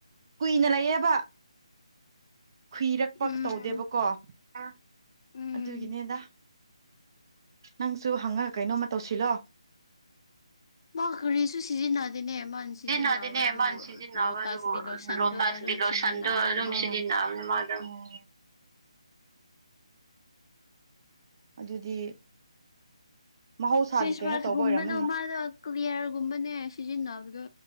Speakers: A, on the right; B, on the left.
A: ꯀꯨꯏꯅ ꯂꯩꯌꯦꯕ ꯈꯨꯨꯏꯔꯛꯄ
B: ꯎꯝ
A: ꯇꯧꯗꯦꯕꯀꯣ ꯑꯥ
B: ꯎꯝ
A: ꯑꯗꯨꯒꯤꯅꯤꯗ ꯅꯪꯁꯨ ꯍꯪꯉꯒ ꯀꯩꯅꯣꯝꯃ ꯇꯧꯁꯤꯜꯂꯣ
B: ꯃꯥ ꯀꯔꯤꯁꯨ ꯁꯤꯖꯤꯟꯅ ꯗꯤꯅꯦ ꯃꯥꯟ ꯁꯤꯖꯤꯟꯅꯕꯗꯨꯕꯨ
A: ꯁꯤꯖꯤꯟꯅꯗꯤꯅꯦ ꯃꯥꯅ ꯁꯤꯖꯤꯟꯅꯕ
B: ꯂꯣꯇꯁ
A: ꯑꯗꯨꯕꯨ
B: ꯒꯤ ꯂꯣꯁꯟꯗꯨ
A: ꯂꯣꯇꯥꯁꯀꯤ
B: ꯑꯗꯨꯝ
A: ꯂꯣꯁꯟꯗꯣ
B: ꯁꯤꯖꯤꯟꯅꯕꯅꯦ
A: ꯑꯗꯨꯝ
B: ꯃꯥꯗꯣ
A: <unintelligible> ꯑꯗꯨꯗꯤ ꯃꯍꯧꯁꯥꯒꯤ
B: ꯐꯦꯁꯋꯥꯁꯒꯨꯝꯕꯗꯣ
A: ꯀꯩꯅꯣ ꯇꯧꯕ ꯑꯣꯏꯔꯝꯃꯅꯤ
B: ꯃꯥꯗꯣ ꯀ꯭ꯌꯤꯌꯔꯒꯨꯝꯕꯅꯦ ꯁꯤꯖꯤꯟꯅꯕꯗꯣ